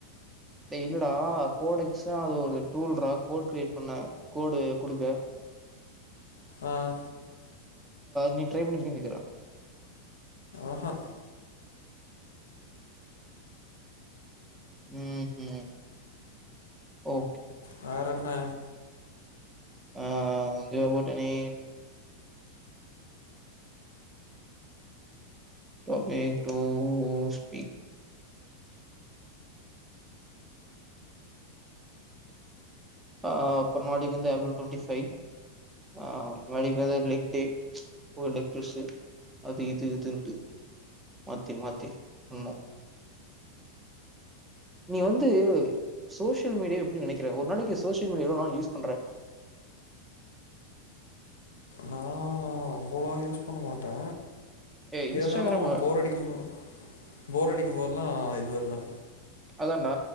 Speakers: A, on the right; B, on the left.
A: இ இல்லடா கோடைக்ஸ அது ஒரு டூல்டா கோட் கிரியேட் பண்ணன் கோடு குடுக்க
B: ஆஹ
A: நீ ட்ரை பண்ணிருக்கன் கேக்குற
B: ஆஹா
A: உம் உம் ஓ
B: வேறன்ன
A: ஆ வந்துஅபௌடெனி டோபிக் டு ஸ்பீக் அ அப்பறமாட்டிக்கி வந்து ஏப்ரல்டொன்டி ஃபை ஆ நாளைக்கு வந்து லைக் டே ஓடெக்டீவ்ஸு அது இது இது இதுன்ட்டு மாத்தி மாத்தி ஆமா நீ வந்து சோசியல் மீடியா எப்டி நினைக்கிற ஒரு நாளைக்கு சோஷியல் மீடியா எவ்ளோ நாள் யூஸ் பண்ற
B: நா அவ்ளோ யூஸ் பண்ண மாட்டே
A: ஏ இன்ஸ்டாகிராம்
B: இருந்தாலு போர் அடிக்கும்ப போர் அடி <unintelligible> ஃபோர்லா இது வருவே
A: அதான்டா